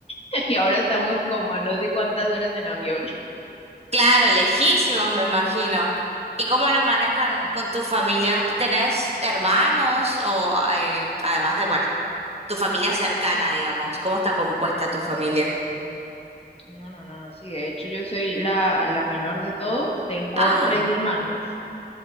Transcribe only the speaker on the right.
claro, lejísimo, me imagino. ¿Y cómo lo manejan
con tu familia? ¿Tenés hermanos o eh, además de, bueno, tu familia cercana,
digamos?
¿Cómo está compuesta tu familia?
Ah.